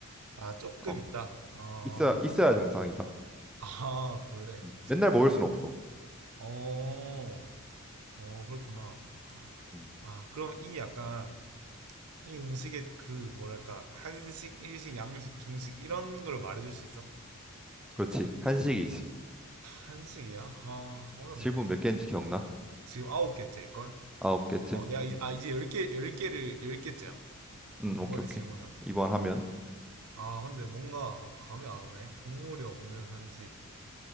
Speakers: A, on the right; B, in the centre.
A: 아, 조금
B: 어,
A: 있다. 어.
B: 있어야, 있어야 정상이다.
A: 아, 그래.
B: 음, 맨날 먹을 순 없어.
A: 어. 어, 그렇구나.
B: 음,
A: 아, 그럼 이 약간 이 음식의 그 뭐랄까 한식, 일식, 양식, 중식 이런 걸 말해줄 수 있어?
B: 그렇지. 한식이지.
A: 한식이야? 아, 어렵네.
B: 질문 몇 개인지 기억나?
A: 지금 아홉 개째일걸?
B: 아홉 개지?
A: 어, 내가 이,
B: 음,
A: 아 이제 열 개, 열 개를 열 개째야.
B: 음,
A: 이번에
B: 오케이, 오케이.
A: 질문하면.
B: 이번 하면.
A: 아, 근데 뭔가 감이 안 오네. 국물이 없는 한식.